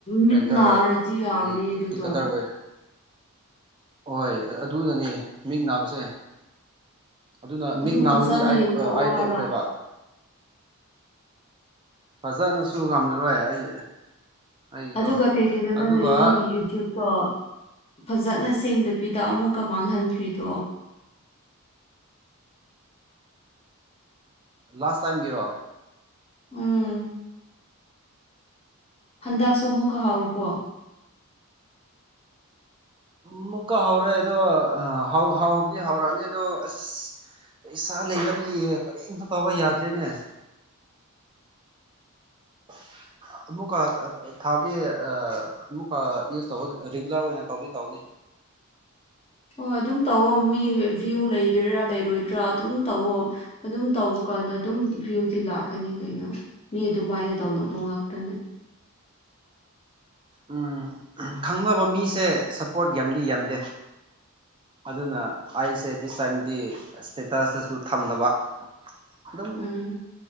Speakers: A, on the left; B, on the right.
A: ꯃꯤꯠ
B: ꯄꯦꯟꯇꯔꯒꯤ
A: ꯅꯥꯔꯗꯤ ꯌꯥꯔꯣꯏꯌꯦ ꯑꯗꯨꯗꯣ
B: ꯇꯤꯛꯀꯇꯔ ꯑꯣꯏ ꯍꯣꯏ ꯑꯗꯨꯗꯅꯤ ꯃꯤꯡ ꯅꯥꯕꯁꯦ ꯑꯗꯨꯅ ꯃꯤꯛ
A: ꯑꯗꯨ
B: ꯅꯥꯕꯒꯤ
A: ꯐꯖꯅ
B: ꯑꯥꯏ
A: ꯌꯦꯡꯊꯣꯛꯑꯣ
B: ꯑꯥꯏ ꯇꯧꯈ꯭ꯔꯦꯕ
A: ꯍꯥꯏꯕ
B: ꯐꯖꯅꯁꯨ ꯉꯝꯂꯔꯣꯏ ꯑꯩ ꯑꯩꯒꯤꯗꯣ
A: ꯑꯗꯨꯒ ꯀꯩꯒꯤꯅꯣ ꯅꯪꯅ
B: ꯑꯗꯨꯒ
A: ꯅ ꯅꯪꯒꯤ ꯌꯨꯇ꯭ꯌꯨꯕꯇꯣ ꯐꯖꯅ ꯁꯦꯝꯗꯕꯤꯗ ꯑꯃꯨꯛꯀ ꯃꯥꯡꯍꯟꯈ꯭ꯔꯤꯗꯣ
B: ꯂꯥꯁ ꯇꯥꯏꯝꯒꯤꯔꯣ
A: ꯎꯝ ꯍꯟꯗꯛꯁꯨ ꯑꯃꯨꯛꯀ ꯍꯥꯎꯔꯨꯕꯣ
B: ꯑꯃꯨꯛꯀ ꯍꯧꯔꯦ ꯑꯗꯣ ꯍꯥꯎꯕꯗꯤ ꯍꯧꯥꯎꯔꯛꯑꯅꯤ ꯑꯗꯣ ꯑꯁ ꯄꯩꯁꯥ ꯂꯩꯗꯕꯒꯤ ꯀꯔꯤꯝꯇ ꯇꯧꯕ ꯌꯥꯗ꯭ꯔꯦꯅꯦ <inaudible> ꯑꯃꯨꯛꯀ ꯊꯥꯕꯗꯤ ꯑꯃꯨꯛꯀ ꯌꯨꯁ ꯇꯧꯕ ꯔꯤꯒꯨꯂꯔ ꯑꯣꯏꯅ ꯇꯧꯗꯤ ꯇꯧꯅꯤ
A: ꯍꯣꯏ ꯑꯗꯨꯝ ꯇꯧꯑꯣꯣ ꯃꯤ ꯚ꯭ꯌꯨ ꯂꯩꯒꯦꯔꯥ ꯂꯩꯔꯣꯏꯗ꯭ꯔꯥ ꯑꯗꯨꯝ ꯇꯧꯋꯣ ꯑꯗꯨꯝ ꯇꯧꯕ ꯀꯥꯟꯗ ꯑꯗꯨꯝ ꯚꯤꯌꯨꯗꯤ ꯂꯥꯛꯀꯅꯤ ꯀꯩꯅꯣ ꯃꯤ ꯑꯗꯨꯃꯥꯏꯅ ꯇꯧꯅꯕ ꯉꯥꯛꯇꯅꯦ
B: ꯎꯝ ꯈꯪꯅꯕ ꯃꯤꯁꯦ ꯁꯞꯄꯣꯔꯠ ꯌꯥꯝꯗꯤ ꯌꯥꯝꯗꯦ ꯑꯗꯨꯅ ꯑꯩꯁꯦ ꯗꯤꯁ ꯇꯥꯏꯝꯗꯤ ꯏꯁꯇꯦꯇꯁꯇꯁꯨ ꯊꯝꯗꯕ ꯑꯗꯨꯝ
A: ꯎꯝ